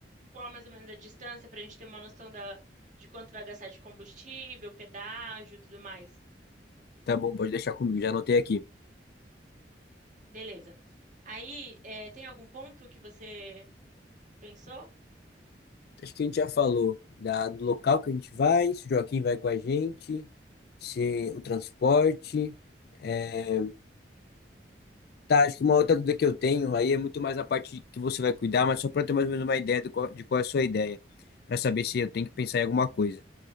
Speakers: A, on the right; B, on the left.
A: qual mais ou menos a distância para a gente ter uma noção da, de quanto vai gastar de combustível, pedágio e tudo mais.
B: Tá bom, pode deixar comigo, já anotei aqui.
A: Beleza. Aí, é, tem algum ponto que você pensou?
B: acho que a gente já falou da, do local que a gente vai, se o Joaquim vai com a gente, se o transporte. é, Tá, acho que uma outra dúvida que eu tenho aí é muito mais a parte que você vai cuidar, mas só para ter mais ou menos uma ideia do qual- de qual é a sua ideia, para saber se eu tenho que pensar em alguma coisa.